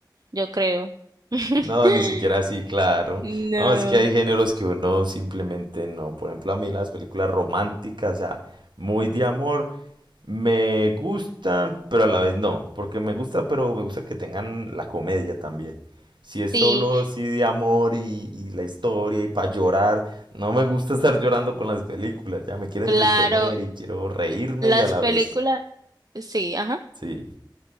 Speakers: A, on the right (about 55°); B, on the right (about 80°).
A: yo creo. <laughs>
B: No, ni siquiera así, claro.
A: No.
B: No, es que hay géneros que uno simplemente no. Por ejemplo, a mí las películas románticas, o sea, muy de amor, me gustan, pero a la vez no. Porque me gusta, pero me gusta que tengan la comedia también. Si es solo
A: Sí,
B: así de amor y, y la historia y para llorar, no me gusta estar llorando con las películas. Ya me quiero
A: claro.
B: entretener y quiero reírme
A: Las
B: y a la
A: películas,
B: vez.
A: sí, ajá.
B: Sí,